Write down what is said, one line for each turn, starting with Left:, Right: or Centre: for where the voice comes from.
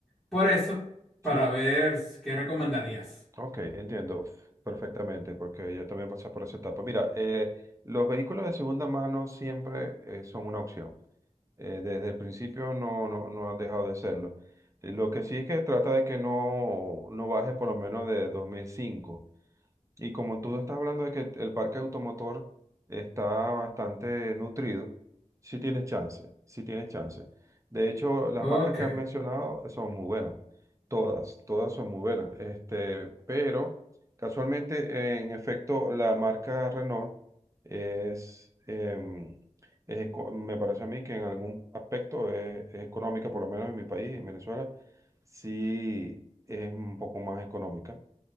Centre: por eso, para
Right: Sí,
Centre: ver s- qué recomendarías.
Right: ok, entiendo perfectamente, porque yo también pasé por esa etapa. Mira, eh, los vehículos de segunda mano siempre eh, son una opción. Eh, desde el principio no, no, no han dejado de serlo. Eh, Lo que sí es que trata de que no, no baje por lo menos de dos mil cinco Y como tú estás hablando de que el parque automotor está bastante nutrido, sí tienes chance, sí tienes chance. De hecho, las
Centre: Ok,
Right: marcas que has mencionado son muy buenas, todas, todas son muy buenas. Este, pero casualmente, en efecto, la marca Renault es, em, es eco- me parece a mí que en algún aspecto es, es económica, por lo menos en mi país, en Venezuela, sí es un poco más económica